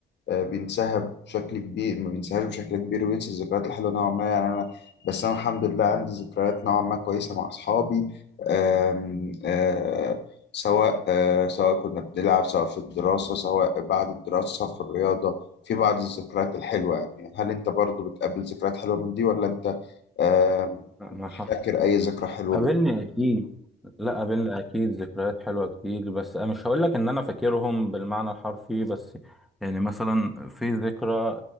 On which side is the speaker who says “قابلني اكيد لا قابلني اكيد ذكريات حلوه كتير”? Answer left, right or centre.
Centre